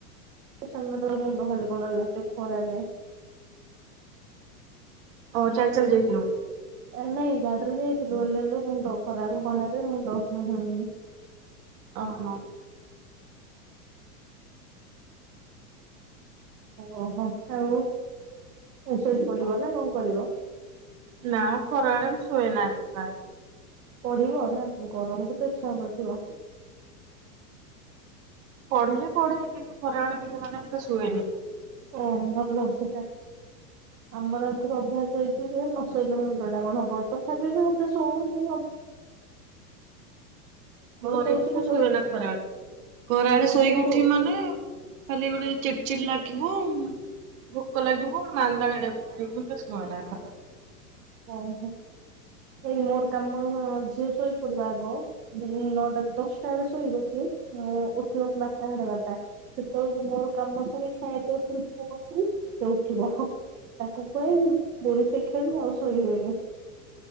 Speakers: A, on the right (about 90°); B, on the right (about 60°).
A: ସାନମା ତାର ମୁଣ୍ଡ ଖାଲି କଣ ହେଲା ଏତେ ଖରାରେ।
B: ଆଉ ଜାଣିଚନ୍ତି।
A: ଏ ନାଇଁ ଗାଡିରେ ହେଇଚି <unintelligible> ମୁଣ୍ଡ ଖରା
B: ଓହୋ।
A: ଖରାପରେ ମୁଣ୍ଡ ଜୋରେ
B: ଓ ହୋ।
A: ଓହୋ ଆଉ। ଏ ଶୋଇ ପଡିବ
B: ଆଉ
A: ନା କଣ କରିବ?
B: ନା ମୁଁ ଖରାବେଳେ ମୁଁ ଶୁଏନା ପ୍ରା।
A: ପଢିବ ନା ଗରମକୁ ତ ଇଚ୍ଛା ହଉନଥିବ।
B: ପଢ଼ିଲେ ପଢ଼େ କିନ୍ତୁ ଖରାବେଳେ ମୁଁ ଏତେ ମାନେ ଏତେ ଶୁଏନି।
A: ଓ ଭଲ ସେଇଟା ଆମର ଏଥିରୁ ଅଭ୍ୟାସ ହେଇଚି। ଦିନରେ ନ ଶୋଇଲେ ମୁଣ୍ଡ ଟା କଣ ହବ ତଥାପି ବି ମୁଁ ଏତେ ଶୋଉନି ଅଭ
B: ଘରେ
A: ଶୋଉଛି
B: ବି
A: କେତେବେଳେ
B: ମୁଁ ଶୁଏନା ଖରାବେଳେ ଖରାବେଳେ
A: ମୁଁ
B: ଶୋଇକି
A: ମୁଁ ଶୋ
B: ଉଠି ମାନେ ଖାଲି ଗୋଟେ ଚିଡି଼ ଚିଡି଼ ଲାଗିବ। ଭୋକ ଲାଗିବ ମାନ୍ଦା ବେଳେବେଳେ ମୁଁ ଏତେ ଶୁଏନା ଖରା
A: ଓହୋ ହେ ମୋର କାମ ଝିଅ ଶୋଇପଡି଼ବ ଆଗ। ନଅଟା ଦଶଟା ବେଳେ ଶୋଇବ ସିଏ ମୁଁ ଉଠିବ ବାରଟା ସାଢେ ବାରଟା। ଯେତେବେଳକୁ ମୋର କାମ ସାରିିକି ଖାଇବା ପିଇବା ସାରିକି ଉପୁରୁକୁ ଆସିବି ସେ ଉଠିବ। ତାକୁ ଖୁଆଇବୁ ପୁଣି ସେ ଖେଳିବ ଆଉ ଶୋଇ ହୁଏନି।